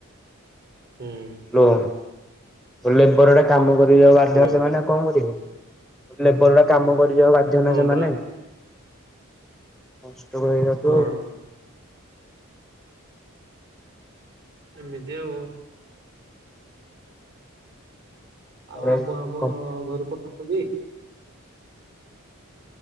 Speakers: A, on the right; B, in the centre.
A: ହୁଁ।
B: ହେଲୋ ଲେବରଟେ କାମ କରି ଯିବାକୁ
A: ହ୍ୟାଲୋ।
B: ବାଧ୍ୟ ସେମାନେ କଣ କରିବେ ଲେବର ଊଡା କାମ କରି ଯିବାକୁ ବାଧ୍ୟ
A: ହଁ
B: ନା ସେମାନେ।
A: ପରା।
B: ସଂଷ୍ଟୋକ ହେଇଯାଉଥିବ
A: ହଁ
B: ଆଉ।
A: ଏମିତି ଆଉ। ଆଉ
B: ହ୍ୟାଲୋ।
A: ଆମ୍ବ ଆମ୍ବ ଘରୁ ପଠାରୁଛନ୍ତି।